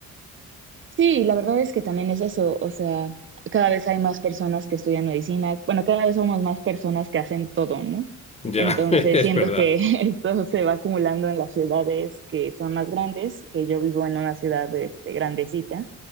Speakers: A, on the right (about 40°); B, on the left (about 20°).
A: Sí, la verdad es que también es eso, o sea, cada vez hay más personas que estudian medicina, bueno, cada vez somos más personas que hacen todo, ¿no?
B: Ya,
A: Entonces,
B: <laughs> es
A: siento
B: verdad.
A: que <laughs> todo se va acumulando en las ciudades que son más grandes, que yo vivo en una ciudad, este, grandecita,